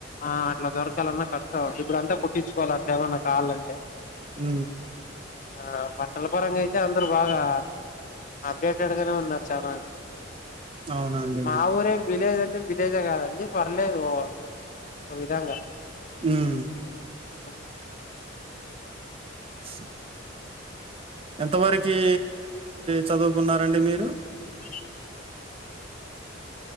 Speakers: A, on the left; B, on the right.
A: ఆ అట్లా దొరకాలన్నా కష్టం ఇప్పుడు అంతా కుట్టించుకోవాలి అట్ల ఏమన్నా కావాలంటే
B: హ
A: ఆ బట్టల పరంగా అయితే అందరు బాగా అప్డేటెడ్గానే ఉన్నారు చాలాంది
B: అవునండి.
A: మాఊర విలేజ్ విలేజ్ కాదండి పర్లేదు ఒక విధంగా
B: హమ్
A: ఆ <inaudible>
B: <inaudible> ఎంత వరకీ చదువుకున్నారండి మీరు
A: <inaudible>